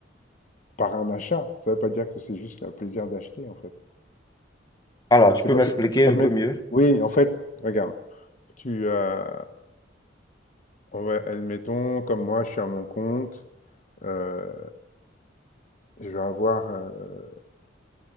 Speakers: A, on the left; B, on the left.
A: par un achat. Ça veut pas dire que c'est juste le plaisir d'acheter en fait.
B: Alors, tu
A: Je
B: peux
A: sais pas
B: m'expliquer
A: si... Admettre...
B: un peu mieux?
A: Oui, en fait, regarde. Tu, euh, on va- admettons, comme moi, je suis à mon compte. euh, je vais avoir euh,